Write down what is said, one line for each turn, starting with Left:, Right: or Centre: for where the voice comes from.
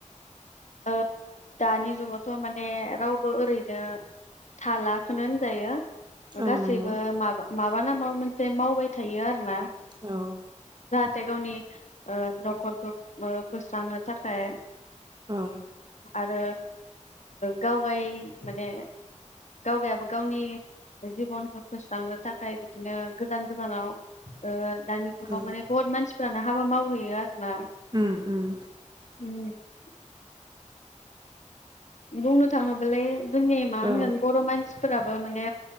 Left: ओ दानि जुगावथ' माने रावबो ओरैनो थाला खोनो होनजायो।
Right: औ
Left: गासैबो
Right: नंगौ
Left: माबा माबा ना माबा मोन जेन मावबाय थायो आरो ना
Right: औ
Left: थाय गावनि ओ न'खरखौ बो बोस्रांनो थाखाय
Right: औ
Left: आरो गाव गाय माने गावगायाबो गावनि जिबनखौ फोस्रांनो थाखाय बिदिनो गोजान गोजानाव ओ दानि जुगाव
Right: औ
Left: माने बहुत मानसिफोरानो हाबा मावहै बेराद ना
Right: उम उम
Left: <unintelligible> बुंनो थाङोबालाय जोंनि मा होनगोन
Right: औ
Left: बर' मानस सिफोराबो माने